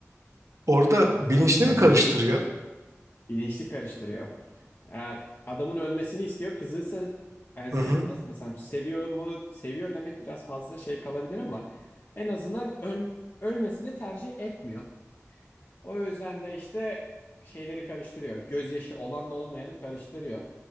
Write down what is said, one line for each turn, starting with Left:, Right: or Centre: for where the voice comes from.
Right: Orada
Left: Hatırlıyor
Right: bilinçli
Left: musun
Right: mi
Left: ona?
Right: karıştırıyor?
Left: Bilinçli karıştırıyor. Ya adamın ölmesini istiyor. Kızı ise hani
Right: Hı hı.
Left: nasıl desem seviyor mu? Seviyor demek biraz fazla şey kalabilir ama en azından öl- ölmesini tercih etmiyor. O yüzden de işte şeyleri karıştırıyor. Gözyaşı olanla olmayanı karıştırıyor.